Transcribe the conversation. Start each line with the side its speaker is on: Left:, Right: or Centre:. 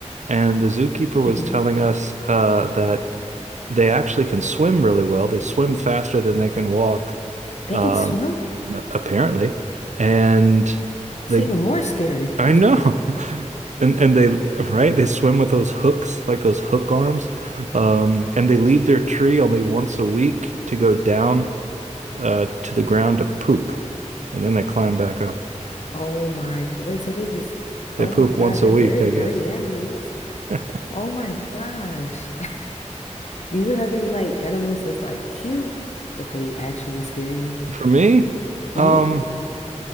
Right: And the zookeeper was
Left: hmm
Right: telling us uh, that they actually can swim really well. They swim faster than they can walk,
Left: They
Right: Wow.
Left: can swim.
Right: um, n- apparently. And
Left: That's
Right: they,
Left: even more scary.
Right: I know, <laughs> and and they right, they swim with those hooks, like those hook arms, um, and they leave their tree only once a week to go down uh, to the ground to poop, and then they climb back up.
Left: Oh my, wait, so they just,
Right: They
Left: oh
Right: poop
Left: my God,
Right: once
Left: they're
Right: a week,
Left: very
Right: I
Left: dirty
Right: guess.
Left: animals.
Right: <laughs>
Left: Oh my gosh. <laughs> Do you have any like animals that's like cute, but they actually scare you?
Right: For me,
Left: hmm
Right: um.